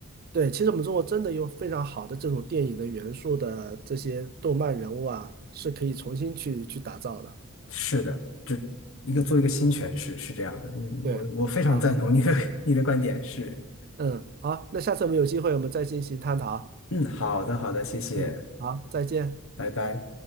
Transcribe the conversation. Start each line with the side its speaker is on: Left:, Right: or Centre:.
Right: 对，其实我们中国真的有非常好的这种电影的元素的这些动漫人物啊，是可以重新去去打造的。
Left: 是的，这一个做一个新诠释是这样的。
Right: 嗯。
Left: 嗯，
Right: 对，
Left: 我我非常赞同你的
Right: 好，
Left: <laughs> 你的观点，是，
Right: 嗯，好，那下次我们有机会我们再进行探讨。
Left: 嗯，好的，好的，谢谢，
Right: 嗯，好，再见。
Left: 拜拜。